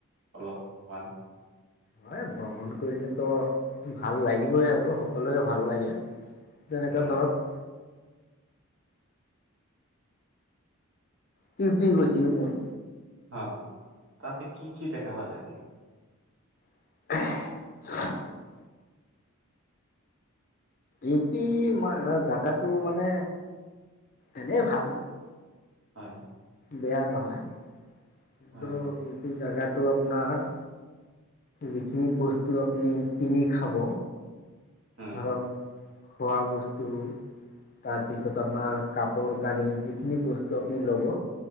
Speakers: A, on the right; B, on the left.
A: অলপ মান।
B: হয় ভ্ৰমণ কৰিলে তো ভাল লাগিবই আৰু সকলোৰে ভাল লাগে। যেনেকা
A: অ
B: ধৰক পিপি গৈছে মই
A: হয় ততে কি কি দেখা পালে আপনি।
B: <unintelligible> ই পি জাগাটো মানে এনেই ভাল।
A: হয়
B: বেয়া নহয় কিন্তু
A: হয়
B: এইটো জেগাটো আপোনাৰ যিখিনি বস্তু আপুনি কিনি খাব।
A: উম
B: ধৰ খোৱা বস্তু। তাৰপিছত আপোনাৰ কাপোৰ কানি যিখিনি বস্তু আপুনি ল'ব